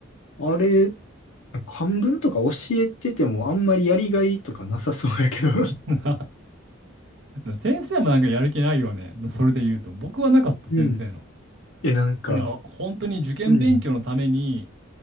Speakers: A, on the left (about 70°); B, on the right (about 60°).
A: あれ、漢文とか教えててもあんまりやりがいとかなさそうやけど。
B: <laughs> 先生もなんかやる気ないよね。それで言うと。僕はなかった、
A: うん。
B: 先生の。
A: え、なんか、
B: なんか本当に受験勉強のために
A: うん。